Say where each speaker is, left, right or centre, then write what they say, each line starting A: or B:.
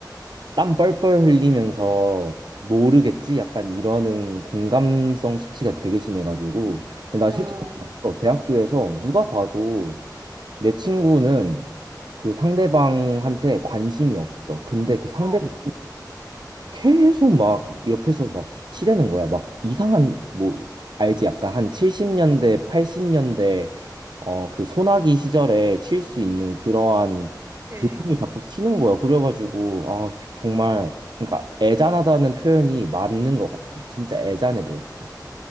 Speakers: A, on the right; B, on the right.
A: 땀 뻘뻘 흘리면서 모르겠지? 약간 이러는 공감성 수치가 되게 심해가지고 근데 나 실제로
B: 어,
A: 봤어. 대학교에서 누가 봐도 내 친구는 그 상대방한테 관심이 없어. 근데 그 상대방이
B: 어,
A: 계속 막 옆에서 막 치대는 거야. 막 이상한 뭐 알지? 약간 한 70년대, 80년대 어 그 소나기 시절에 칠 수 있는 그러한
B: 어떡해.
A: 드립을 자꾸 치는 거야. 그래가지고 아 정말 그러니까 애잔하다는 표현이 맞는 것 같아. 진짜 애잔해 보였어.